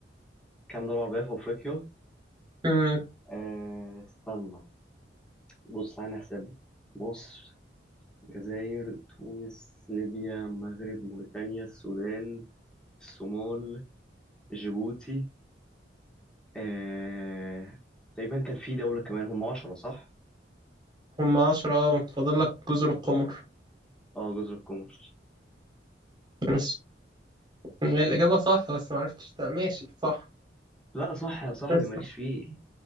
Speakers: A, in the centre; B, on the right (about 25°).
A: كام دولة عربية في أفريقيا
B: مم.
A: آه، استنى بص أنا هحسبها مصر الجزائر تونس ليبيا المغرب موريتانيا السودان الصومال جيبوتي آه... تقريبا كان في دولة كمان هم عشرة صح؟
B: هم عشرة فاضل لك جزر القمر
A: اه جزر القمر
B: بس هي الإجابة صح بس معرفتش ت- ماشي صح
A: لا صح يا صاحبي
B: اسأل.
A: ماليش
B: <laughs>
A: فيه